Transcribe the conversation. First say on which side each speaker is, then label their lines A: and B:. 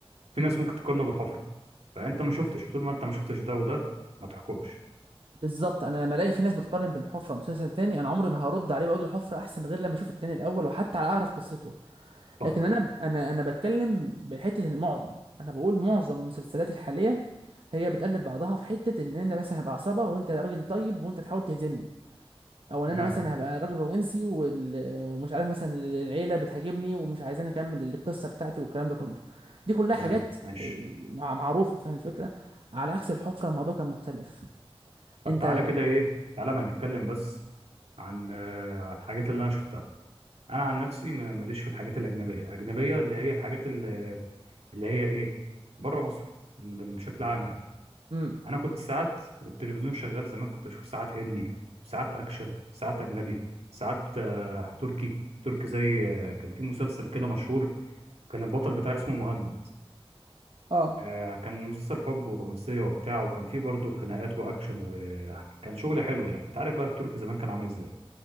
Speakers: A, on the right; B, on the right.
A: في
B: امم
A: ناس ممكن تقارنه بالحفرة فأنت ما شفتش طول ما أنت ما شفتش ده وده ما تحكمش
B: بالظبط انا لما الاقي في ناس بتقارن بين حفره ومسلسل تاني انا عمري ما هرد عليه واقول له حفره احسن غير لما اشوف التاني الاول وحتى على اعرف قصته
A: صح
B: لكن انا انا انا بتكلم بحته المعظم انا بقول معظم المسلسلات الحاليه هي بتقلد بعضها في حته ان انا مثلا هبقى عصابه وانت راجل طيب وانت تحاول تهزمني او ان
A: تمام
B: انا مثلا هبقى راجل رومانسي وال- ومش عارف مثلا العيله بتهاجمني ومش عايزاني اكمل القصه بتاعتي والكلام ده كله دي كلها
A: تمام
B: حاجات
A: ماشي
B: إيه، مع- معروفه فاهم الفكره على عكس الحفره الموضوع كان مختلف
A: طب
B: انت
A: تعالى كده إيه تعالى ما نتكلم بس عن آه، عن الحاجات اللي أنا شفتها أنا عن نفسي ما- ماليش في الحاجات الأجنبية أجنبية اللي هي الحاجات اللي, اللي هي إيه بره مصر بشكل عام يعني
B: امم
A: انا كنت ساعات والتلفزيون شغال زمان كنت بشوف ساعات هندي ساعات اكشن ساعات اجنبي ساعات آه، تركي تركي زي آه، كان في مسلسل كده مشهور كان البطل بتاعه اسمه مهند
B: اه
A: آه، كان مسلسل حب ورومانسية وبتاع وكان فيه برضه خناقات واكشن وكان شغل حلو يعني انت عارف بقى التركي زمان كان عامل ازاي